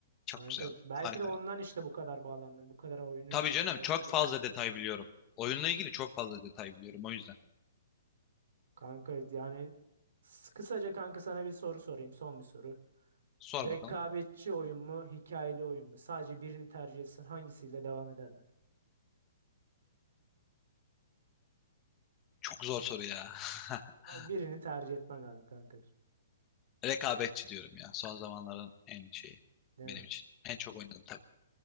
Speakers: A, on the left; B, on the right.
A: Çok
B: Kanka
A: güzeldi.
B: belki
A: Harikaydı.
B: de ondan işte bu kadar bağlandın. Bu kadar oyunun
A: Tabii
B: içinde
A: canım çok
B: yapım
A: fazla
B: aşamasında.
A: detay biliyorum. Oyunla ilgili çok fazla detay biliyorum o yüzden.
B: Kanka yani s- kısaca kanka sana bir soru sorayım. Son bir soru.
A: Sor
B: Rekabetçi
A: bakalım.
B: oyun mu, hikayeli oyun mu? Sadece birini tercih etsen hangisiyle devam ederdin?
A: Çok zor soru ya. <laughs>
B: Ama birini tercih etmen lazım kanka.
A: Rekabetçi diyorum ya. Son zamanların en şeyi
B: Değil
A: benim
B: mi?
A: için. En çok oynadım tabii.